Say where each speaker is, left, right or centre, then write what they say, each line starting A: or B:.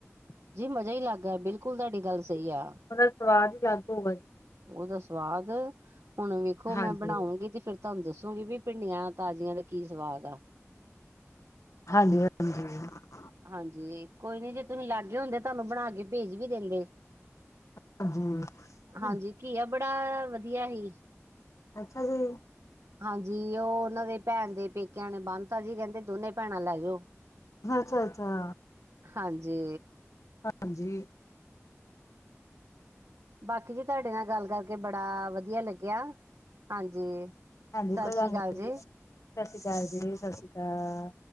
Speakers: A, on the right; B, on the left.
A: ਜੀ ਮਜਾ ਈ ਲੱਗ ਗਿਆ, ਬਿਲਕੁਲ ਤੁਆਡੀ ਗੱਲ ਸਹੀ ਆ।
B: ਉਦਾ ਸਵਾਦ ਈ ਅਲੱਗ ਹੋਊਗਾ ਜੀ।
A: ਉਦਾ ਸਵਾਦ, ਹੁਣ ਵੇਖੋ
B: ਹਾਂਜੀ।
A: ਮੈਂ ਬਣਾਊਗੀ ਤੇ ਫੇਰ ਤੁਹਾਨੂੰ ਦੱਸੋ ਦੱਸੋਂਗੀ ਵੀ ਭਿੰਡੀਆਂ ਤਾਜ਼ੀਆਂ ਦਾ ਕੀ ਸਵਾਦ ਆ।
B: ਹਾਂਜੀ-ਹਾਂਜੀ।
A: ਹਾਂਜੀ, ਕੋਈ ਨੀ ਜੇ ਤੁਸੀਂ ਲਾਗੇ ਹੁੰਦੇ ਤੁਹਾਨੂੰ ਬਣਾ ਕੇ ਭੇਜ ਵੀ ਦਿੰਦੇ।
B: ਹਾਂਜੀ।
A: ਹਾਂਜੀ ਘੀਆ ਬੜਾ ਵਧੀਆ ਹੀ?
B: ਅੱਛਾ ਜੀ।
A: <inaudible> ਹਾਂਜੀ, ਉਹ ਉਨਾਂ ਦੇ ਭੈਣ ਦੇ ਪੇਕਿਆਂ ਨੇ ਬੰਤਾ ਜੀ ਕਹਿੰਦੇ ਦੋਨੇ ਭੈਣਾਂ ਲੈ ਜੋ।
B: ਅੱਛਾ, ਅੱਛਾ।
A: ਹਾਂਜੀ।
B: ਹਾਂਜੀ।
A: ਬਾਕੀ ਜੀ ਤੁਆਡੇ ਨਾਲ ਗੱਲ ਕਰਕੇ ਬੜਾ ਵਧੀਆ ਲੱਗਿਆ ਹਾਂਜੀ।
B: ਹਾਂਜੀ
A: ਸਤਿ
B: ਕੋਈ
A: ਸ੍ਰੀ
B: ਗੱਲ
A: ਅਕਾਲ
B: ਨੀ ਦੀਦੀ,
A: ਜੀ
B: ਸਤਿ ਸ੍ਰੀ ਅਕਾਲ ਜੀ ਸਤਿ ਸ੍ਰੀ ਅਕਾਲ।